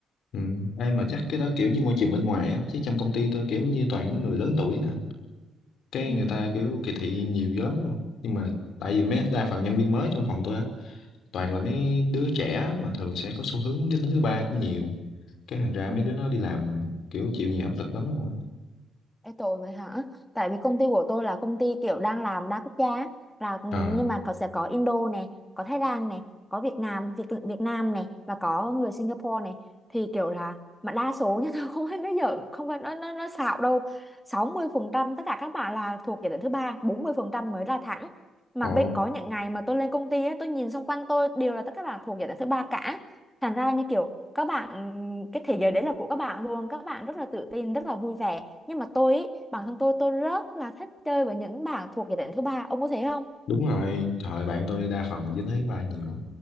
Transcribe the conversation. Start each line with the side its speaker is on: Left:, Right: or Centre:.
Left: Ừ. Ê, mà chắc cái đó kiểu như môi trường bên ngoài á, chứ trong công ty tôi kiểu như toàn mấy người lớn tuổi nè, cái
Centre: ừ
Left: người ta kiểu kỳ thị nhiều dữ lắm luôn. Nhưng mà tại vì mấy đa phần nhân viên mới trong phòng tôi á, toàn là mấy đứa trẻ mà thường sẽ có xu hướng giới tính thứ ba cũng nhiều. Cái thành ra
Centre: ừ
Left: mấy đứa nó đi làm kiểu chịu nhiều áp lực lắm luôn á.
Centre: Ê tội vậy hả? Tại vì công ty của tôi là công ty kiểu đang làm đa quốc gia á. là ừ,
Left: À,
Centre: nhưng mà có sẽ có Indo này, có Thái Lan này, có Việt Nam, Việt Việt Nam này và có người Singapore này thì kiểu là mà đa số nhá <laughs> tôi không phải nói giỡn, không phải nói nó, nó xạo đâu. sáu mươi phần trăm tất cả các bạn là thuộc giai đoạn thứ ba, 40% mới là thẳng. Mà
Left: ồ,
Centre: bây có những ngày mà tôi lên công ty á, tôi nhìn xung quanh tôi đều là tất cả các bạn thuộc giai đoạn thứ ba cả. Thành ra như kiểu các bạn cái thế giới đấy là của các bạn luôn các bạn rất là tự tin rất là vui vẻ nhưng mà tôi ý, bản thân tôi tôi rất là thích chơi với những bạn thuộc giới tính thứ ba ông có thấy không
Left: đúng rồi, trời bạn tôi đa phần là giới tính thứ ba nhiều á.